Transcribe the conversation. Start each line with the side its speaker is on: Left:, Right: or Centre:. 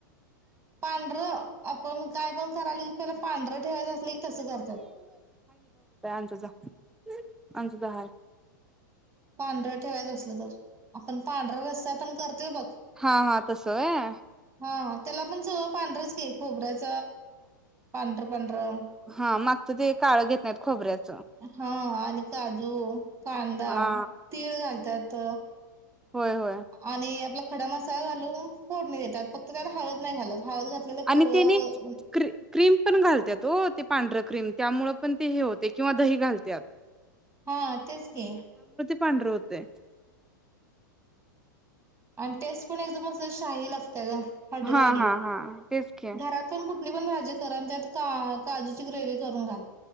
Right: पांढरं आपण काय पण करायला की पहिला पांढरं ठेवायचं असलं की तसं करतात
Centre: <unintelligible> अन जा जा हाय.
Right: पांढर ठेवायचं असल तर? आपण पांढरा रसा पण करतोय बघ
Centre: हा हा तसं व्हय
Right: हा. त्याला पण सगळं पांढरंच की खोबऱ्याच पांढरं पांढरं.
Centre: हा मागच ते काळं घेत नाहीत खोबऱ्या
Right: हा आणि काजू कांदा
Centre: हा
Right: तीळ घालतात
Centre: होय होय
Right: आणि आपला खडा मसाला घालून फोडणी देतात फक्त त्याला हळद नाही घालत हळद घातलेलं पिवळं
Centre: आणि तेनी
Right: व
Centre: क्रीम पण घालत्यात ओ ते पांढर क्रीम. त्यामुळ पण ते हे होतय किंवा दही घालत्यात
Right: हा तेच की
Centre: पांढर होतय.
Right: आणि टेस्ट पण एकदम असं शाही लागत त्या हॉटेलवाली
Centre: हा हा हा तेच की
Right: घरातून कुठ आपली पण भाजी करा आणि त्यात काजूची ग्रेवि करून घाल.